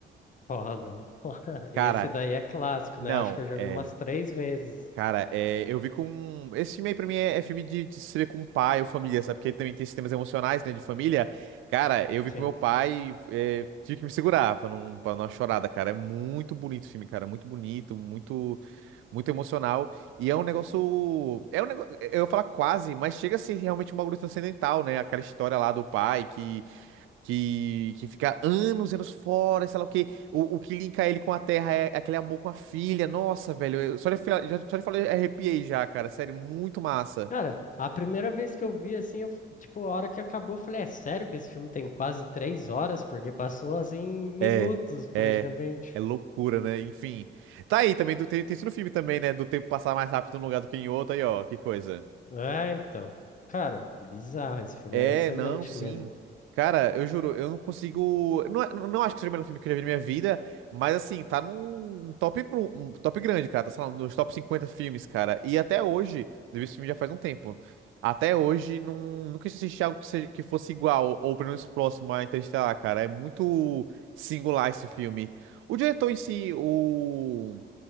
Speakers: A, on the left (about 40°); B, on the right (about 85°).
A: foda, mano. <laughs>
B: Cara,
A: esse daí é clássico,
B: não,
A: né? Acho que eu já
B: é.
A: vi umas três vezes.
B: Cara, é, eu vi com. Esse filme aí pra mim é, é filme de, de se ver com pai ou família, sabe? Porque também tem esses temas emocionais, né, de família. Cara, eu vi
A: Sim.
B: com meu pai, é, tive que me segurar pra não, pra não dar uma chorada, cara. É muito bonito o filme, cara. Muito bonito, muito, muito emocional. E é um negócio. É um negócio. Eu ia falar quase, mas chega a ser realmente um bagulho transcendental, né? Aquela história lá do pai que que, que fica anos e anos fora, e sei lá o quê. O, o que linka ele com a Terra é é aquele amor com a filha. Nossa, velho, eu- só de, fala- já, só de falar eu arrepiei já, cara. Sério, muito massa.
A: Cara, a primeira vez que eu vi, assim, eu, tipo, a hora que acabou, eu falei, é sério que esse filme tem quase três horas? Porque passou, assim, em minutos,
B: É,
A: praticamente.
B: é. É loucura, né? Enfim. Tá aí também, do, tem, tem isso no filme também, né? Do tempo passar mais rápido num lugar do que em outro, aí ó, que coisa.
A: É, então. Cara, bizarro, esse filme
B: É,
A: é excelente
B: não, sim.
A: mesmo.
B: Cara, eu juro, eu não consigo. Não, é- não acho que seja o melhor filme que eu já vi na minha vida, mas assim, tá num top, bru- um top grande, cara. Tá, sei lá, nos top 50 filmes, cara. E até hoje, eu vi esse filme já faz um tempo. Até hoje, não, nunca assisti algo que, seja, que fosse igual, ou pelo menos próximo a Interestelar, cara. É muito singular esse filme. O diretor em si, o